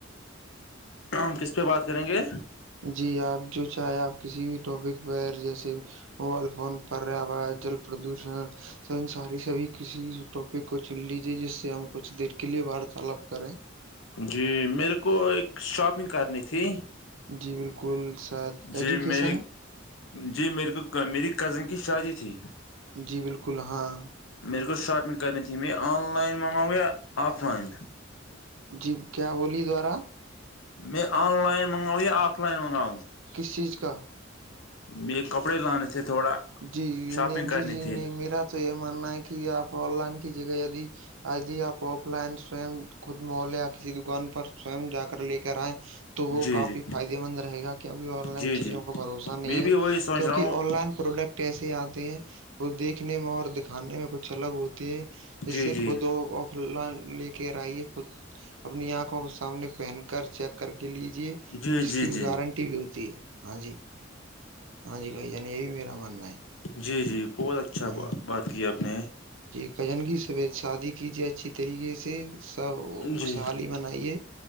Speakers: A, on the left (about 85°); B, on the right (about 85°).
A: ہم کس پہ بات کریں گے
B: جی آپ جو چاہے آپ کسی بھی ٹاپک پر جیسے موبائل فون پا ہوا جل پردوشن س ان ساری سبھی کسی ٹاپک کو چن لیجیے جس سے ہم کچھ دیر کے لیے وارتالاپ کریں
A: جی میرے کو ایک شاپنگ کرنی تھی
B: جی بالکل شاید ایجوکیشن
A: جی میری جی میرے کو میری کزن کی شادی تھی
B: جی بالکل ہاں
A: میر کوو شاپنگ کرن تھی م میں آن لائن منگؤ آف لائن
B: جی کیا بولیے دوبارا
A: میں آن لائن منگاؤ یا آف لائن منگاؤ
B: کس چیز کا
A: م کپڑے لانے تھے تھوڑا
B: جی جی
A: شاپنگ
B: نہیں جی
A: کرنی
B: جی
A: تھی
B: نہیں میرا تو یہ ماننا ہے کہ آپ آن لائن کی جگہ دی آدی آپ آف لائن سوئم خود محلے یا کسی دکان پر سو جا کر لے کر آئے تو وہ
A: جی
B: کافی
A: جی
B: فائدے مند رہے گا کیونکہ آن لائن
A: جی
B: چیزوں
A: جی
B: کا بھروسہ نہیں
A: میں
B: ہے
A: بھی وہی سوچ
B: کیونکہ
A: رہا ہوں
B: آن لائن پروڈکٹ ایسے آتے ہیں وہ دیکھنے میں اور دکھانے میں کچھ الگ ہوتا تھ جیسے
A: جی جی
B: خود آف ک لے کے آئیے خود اپنی آنکھوں کو سامنے پہن کر چیک کر کے لیجے
A: جی
B: جس
A: جی
B: کی بھی
A: جی
B: گارنٹی بھی ہوتی ہے ہاں جی ہاں جی بھائی جان یہ بھی میرا ماننا ہے
A: جی جی بہت اچھا
B: ہاں
A: بات کی آپ نے
B: جی کجن کی سبید شادی کیجیے اچھی طریقے سے سب خوشحالی
A: جی
B: بنائیے